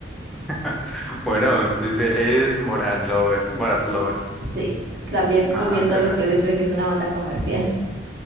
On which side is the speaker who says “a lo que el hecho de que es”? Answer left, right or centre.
Right